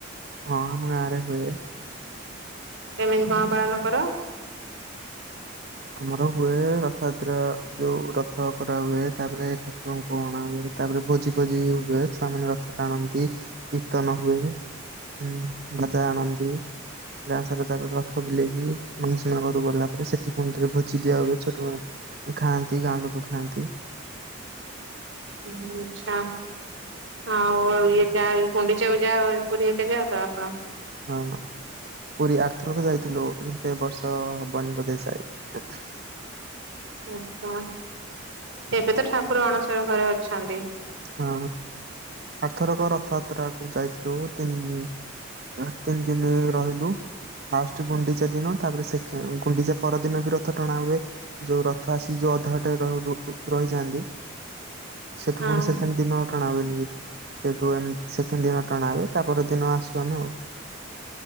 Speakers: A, on the right; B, on the right.
A: ହଁ ଆମ ଗାଁ ରେ ହୁଏ।
B: କେମିତି କଣ ପାଳନ କର?
A: ଆମର ହୁଏ ରଥଯାତ୍ରା ଯଉ ରଥ କରାହୁୁଏ ତାପରେ ଠାକୁରଙ୍କୁ ପଣା ହୁଏ ତାପରେ ଭୋଜି ଫୁଜି ହୁଏ ଛୁଆ ମାନେ ରଥ ଟାଣନ୍ତି କୀର୍ତ୍ତନ ହୁଏ। ହୁଁ ବାଜା ଆଣନ୍ତି। ଗାଁ ସାରା ତାପରେ ରଥ ବୁଲେଇକି ମାନ ସୀମା ଘରକୁ ଗଲା ପରେ ସେଠ ପୁଣି ଥରେ ଭୋଜି ଦିଆ ହୁଏ, ଛୋଟବେ ଖାଆନ୍ତି ଗାଁ ଲୋକ ଖାଆନ୍ତି।
B: ହ ଆଚ୍ଛା। ଆଉ ଇଏ ଯା ଗୁଣ୍ଡିଚାକୁ ଯାଅଉ ପୁରୀ ହେବେ ଯାଅ ତ ଆପଣ?
A: ହଁ ପୁରୀ ଆରଥରକ ଯାଇଥିଲୁ କିନ୍ତୁ ଏ ବର୍ଷ ହବନି ବୋଧେ ଯାଏ।
B: ଆଛା ଏବେ ତ ଠାକୁର ଅଣସର ଘରେ ଅଛନ୍ତି।
A: ହଁ ଆରଥର କ ରଥଯାତ୍ରା କୁ ଯାଇଥିଲୁ ତିନ ଆ ତିନି ଦିନ ରହିଲୁ। ଫାଷ୍ଟ ଗୁଣ୍ଡିଚା ଦିନ ତାପରେ ସେକେଣ୍ଡ ଗୁଣ୍ଡିଚା ପରଦିନ ବି ରଥ ଟଣା ହୁଏ। ଯଉ ରଥ ଆସି ଯଉ ଅଧା ବାଟରେ ର ରୁ ରହିଯାନ୍ତି ସେ
B: ହଁ
A: ଠୁ ପୁଣି ସେକେଣ୍ଡ ଦିନ ଟଣା ହୁଏନି କି, ସେଠୁ ସେକଣ୍ଡ ଦିନ ଟଣା ହୁଏ ତାପର ଦିନ ଆସ ସୁ ଆମେ ଆଉ।